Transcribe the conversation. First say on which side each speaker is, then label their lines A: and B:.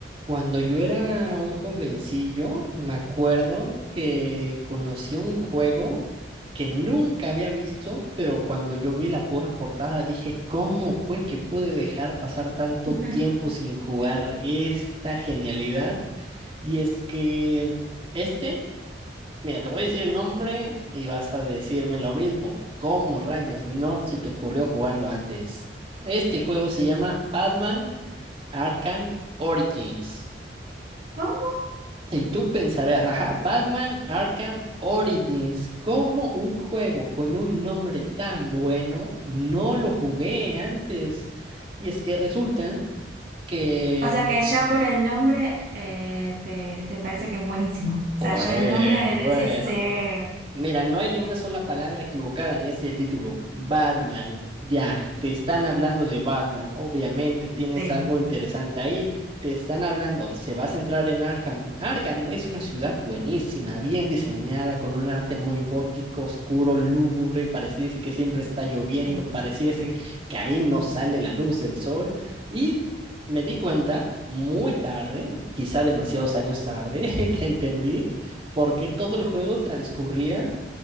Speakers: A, on the right; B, on the right.
A: Cuando yo era un jovencillo, me acuerdo que conocí un juego que nunca había visto, pero cuando yo vi la pura portada dije, ¿cómo fue que pude dejar pasar tanto
B: <laughs>
A: tiempo sin jugar esta genialidad? Y es que este, mira, te voy a decir el nombre y vas a decirme lo mismo. ¿Cómo rayos no se te ocurrió jugarlo antes? Este juego se llama Batman Arkham Origins.
B: ¿Cómo?
A: Y tú pensarás, ajá, Batman Arkham Origins, ¿cómo un juego con un nombre tan bueno no lo jugué antes? Y es que resulta que,
B: O sea que ya por el nombre eh, te, te parece que es buenísimo. O
A: bueno,
B: sea, ya el nombre de
A: bueno,
B: ese ser,
A: Mira, no hay ni una sola palabra equivocada en ese título. Batman, ya, te están hablando de Batman. Obviamente tienes
B: sí,
A: algo interesante ahí. Te están hablando, se va a centrar en Arkham. Arkham es una ciudad buenísima, bien diseñada, con un arte muy gótico, oscuro, lúgubre. Pareciese que siempre está lloviendo,
B: sí,
A: pareciese que ahí no sale la luz del sol. Y me di cuenta muy tarde, quizá demasiados años tarde, <laughs> que entendí por qué todo el juego transcurría